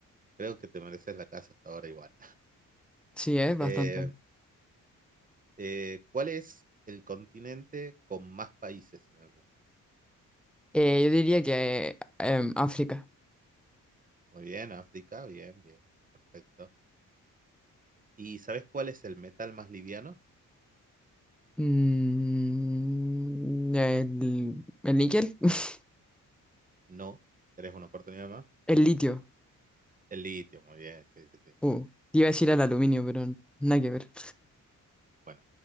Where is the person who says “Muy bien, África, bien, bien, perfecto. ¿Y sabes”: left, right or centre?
Right